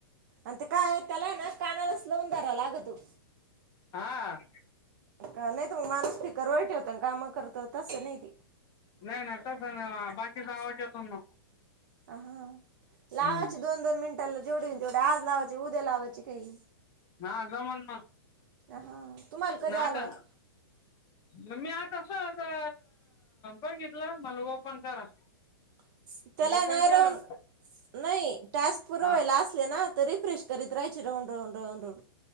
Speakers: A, on the right (about 50°); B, on the left (about 30°).
A: अन ते काय त्याला आहे ना कानालाच लावून धरा लागतो.
B: हा.
A: नाही त म माणूस स्पीकरवर ठेवत न कामं करत तस नाही ती.
B: नाही नाही तस नाय बाकीचा आवाज येतो ना.
A: हा लावाचे
B: हम्म.
A: दोन दोन मिनिटांला जेवढे होईल तेवढे आज लावायचे उद्या लावायचे काही.
B: ह जमल
A: हा तुम्हाला कधी आलं
B: आता न मी आता सहज अ बघितलं मला वोपन करा.
A: <unintelligible>
B: ओपन केलं
A: नाही टास्क पुर
B: हा
A: व्हायला असले ना तरी फ्रेश करीत राहायचे राहून राहून राहून राहून.